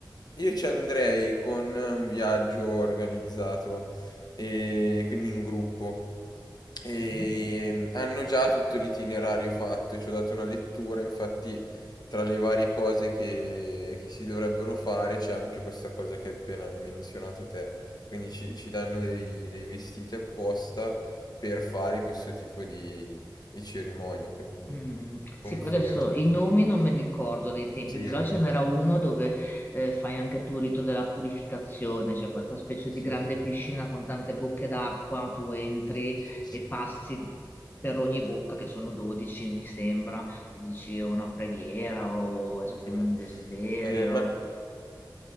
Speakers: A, on the left (about 60°); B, on the left (about 25°).
A: io ci andrei con un viaggio organizzato, e quindi in gruppo. E
B: Mhm.
A: mm, hanno già tutto l'itinerario fatto, ci ho dato una lettura, infatti tra le varie cose che, che si dovrebbero fare c'è anche questa cosa che hai appena menzionato te. Quindi ci, ci danno dei, dei vestiti apposta per fare questo tipo di, di cerimonia, quindi
B: Mm, sì,
A: confermo.
B: però adesso i nomi non me li ricordo dei tempi,
A: Sì,
B: però
A: eh.
B: ce n'era uno dove eh, fai anche tu il rito della purificazione, cioè questa specie
A: Sì,
B: di grande piscina con tante bocche d'acqua, tu entri
A: sì, sì,
B: e passi per ogni bocca, che sono 12 mi sembra, e dici una preghiera o esprimi
A: anche vero.
B: un desiderio.
A: Ehm, ma